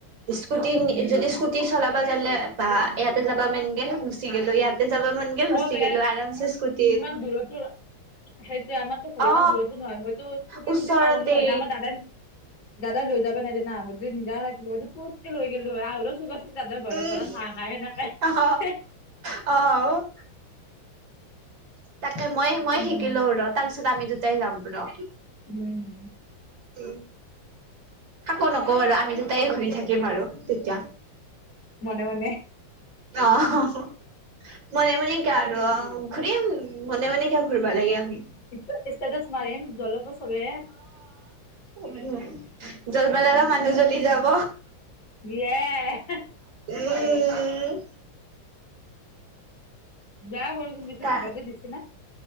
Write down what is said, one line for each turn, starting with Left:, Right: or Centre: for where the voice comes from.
Right: স্কুটি
Left: উম।
Right: যদি স্কুটি চলাবা জানে বা ইয়াতে যাবা মানগে গুচি গেলো ইয়াতে যাবা মান গ গুচি
Left: অ বে
Right: গলো আমছে স্কুটিতত।
Left: <unintelligible> সেইটোয়ে আমাৰতো ঘৰ
Right: অ
Left: ইমান দূৰতো নহয় মইতো ছুটি
Right: ওচৰতে
Left: যদি পাললো হয় ন আমাৰ দাদাই। দাদা লৈ যাবা নাই জানা যদি নিজা নাকিলো পতকে লৈ গ' হয় আহ চু দাদৰ ঘৰৰ
Right: উম
Left: পৰা চাহ খাইে নাপায়।
Right: অ অ'। তাকে মই মই
Left: উম
Right: শিকিলো ৰ তাৰ পিছত আমি দুটাই যাম ৰ।
Left: উম।
Right: উম। কাকো নকওঁ বাৰ আমি দুটাই ঘূৰি থাকিম আৰু তেতিয়া।
Left: মনে মনে।
Right: আহ। মনে মনে কিয় আৰু অ' ঘূৰিম মনে মনে কিয় ঘুৰিবা লাগে আমি।
Left: <unintelligible>
Right: উ জ্বলব লগা মানুহ জ্বলি যাব।
Left: এই
Right: উম।
Left: বেয়া <unintelligible>
Right: তা